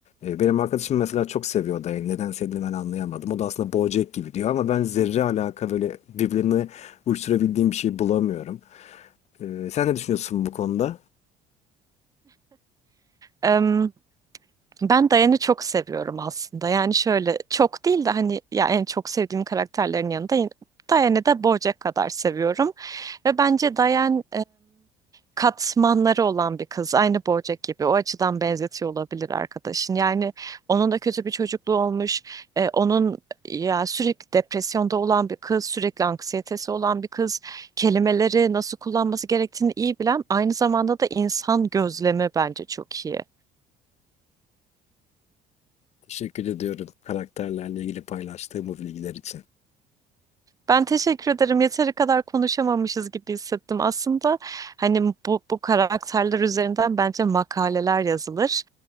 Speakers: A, on the left (about 45°); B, on the right (about 25°).
A: Ee, Benim arkadaşım mesela çok seviyor Dayı. Neden sevdiğini ben anlayamadım. O da aslında Bojack gibi diyor ama ben zerre alaka böyle birbirine uyuşturabildiğim bir şey bulamıyorum. Ee, Sen ne düşünüyorsun bu konuda?
B: Em, ben Diane'i çok seviyorum aslında. Yani şöyle çok değil de hani ya en çok sevdiğim karakterlerin yanında yine- Diane'i de BoJack kadar seviyorum. Ve bence Dayan katmanları olan bir kız. Aynı Bojack gibi. O açıdan benzetiyor olabilir arkadaşın. Yani onun da kötü bir çocukluğu olmuş. E, onun ya sürekli depresyonda olan bir kız, sürekli anksiyetesi olan bir kız. Kelimeleri nasıl kullanması gerektiğini iyi bilen, aynı zamanda da insan gözlemi bence çok iyi.
A: Teşekkür ediyorum karakterlerle ilgili paylaştığım bu bilgiler için.
B: Ben teşekkür ederim. Yeteri kadar konuşamamışız gibi hissettim. Aslında hani bu, bu karakterler üzerinden bence makaleler yazılır.